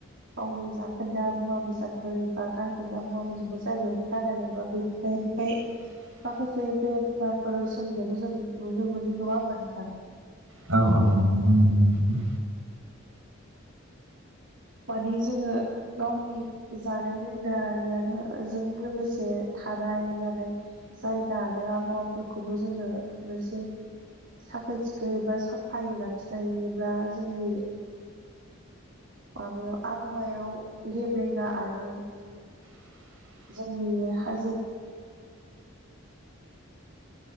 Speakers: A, on the right; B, on the right.
A: गावनि जाखोन्दा मुवा बेसादफोर बा गारखोन्दा मुवा बेसादफोर जायगायावनो गारना लायोबा बेनिखाय बेनिफाय
B: <inaudible>
A: माखासे बेमारफोर सोमिनायखौ जों नुनो मोनो नङा होमबा नोंथां
B: औ औ <unintelligible>
A: माने जोङो गावनि जानाय लोंनाय आरो जों लोगोसे थानाय जानाय जायगा आरो आबहावाफोरखौबो जोङो मोनसे साखोन सिखोन एबा साफायै लाखिनो हायोब्ला जोंनि माबायाव आबहावायाव गेब्रेङा आरो
B: <inaudible>
A: जों सानो मोने नङा